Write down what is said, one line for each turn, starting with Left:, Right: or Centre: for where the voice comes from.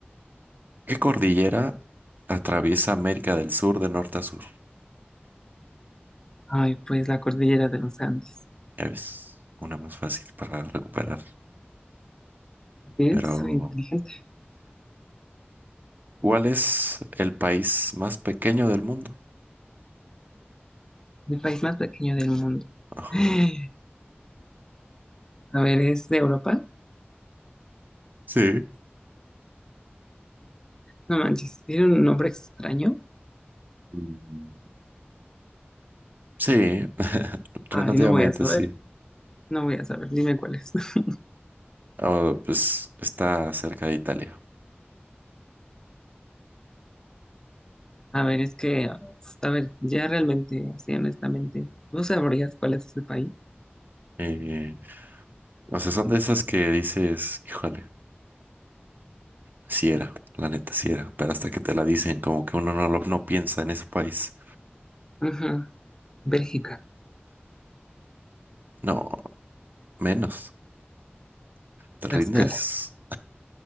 Right: ¿qué cordillera atraviesa América del Sur de norte a sur?
Left: Ay, pues la cordillera de los Andes.
Right: Ya ves, una más fácil para recuperar.
Left: Bien,
Right: Pero,
Left: soy inteligente.
Right: ¿cuál es el país más pequeño del mundo?
Left: El país más pequeño del mundo. <gasps>
Right: Ajá.
Left: <sighs> A ver, ¿es de Europa?
Right: Sí.
Left: No manches, tiene un nombre extraño.
Right: Mm. Sí, <laughs> relativamente
Left: Ay, no voy a saber.
Right: sí.
Left: No voy a saber, dime cuáles. <laughs>
Right: Ah, pues está cerca de Italia.
Left: A ver, es que, a ver, ya realmente, así honestamente, ¿no sabrías cuál es ese país?
Right: Eh, o sea, son de esas que dices, híjole, si era, la neta, si era, pero hasta que te la dicen, como que uno no, lo- no piensa en ese país.
Left: Ajá, Bélgica,
Right: No, menos, te
Left: Tlaxcala.
Right: rindes.